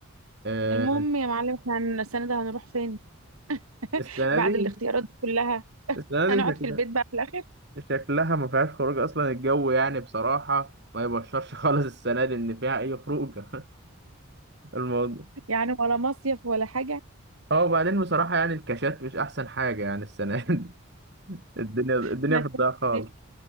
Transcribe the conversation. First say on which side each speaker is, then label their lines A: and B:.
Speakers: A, on the right (about 50°); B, on the right (about 85°).
A: آه
B: المهم يا معلم احنا هن- السنة ده هنروح فين <laughs>
A: السنة
B: بعد
A: دي
B: الاختيارات دي كلها
A: السنة دي
B: هنقعد
A: شكلها
B: في البيت بقى في الاخر
A: شكلها ما فيهاش خروج أصلا الجو يعني بصراحة ما يبشرش <laughs> خالص السنة دي إن فيها أي خروجة <laughs> الموضوع
B: يعني ولا مصيف ولا حاجه
A: اه وبعدين بصراحة يعني الكاشات مش أحسن حاجة يعني السنة دي <laughs> الدنيا الدنيا
B: احنا
A: في الضياع خالص
B: هنس